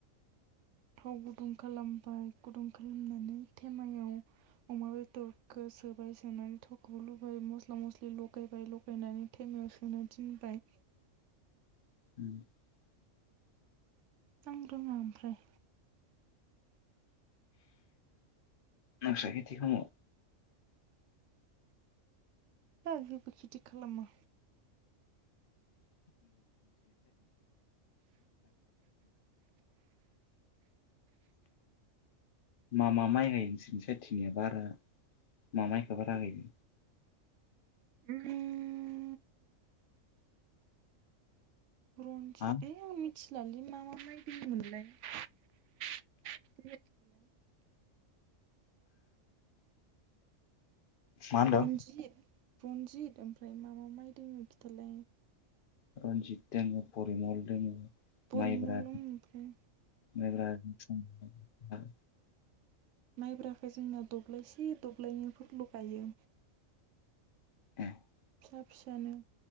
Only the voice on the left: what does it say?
<unintelligible>
नोंंसा खिति खाम'?
<unintelligible> <unintelligible> मा मा माइ गायो नोंसोर नि साइथिनिया बारा मा माइखौ बारा गायो?
हा
मा होनदों
रनजित दोङो परिमल दोङो।
माइब्रा
माइब्रा <unintelligible>
<unintelligible>